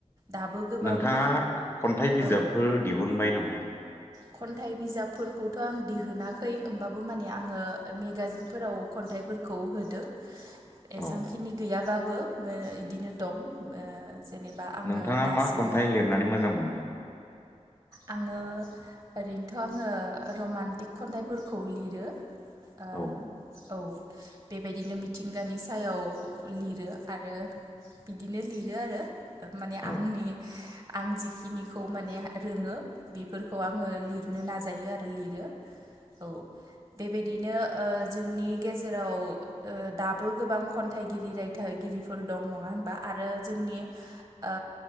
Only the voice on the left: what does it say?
नोंथाङा खन्थाइ बिजाबफोर
दिहुनबाय नामा?
औ
नोंथाङा
मा खन्थाइ लिरनानै मोजां मोनो
औ
औ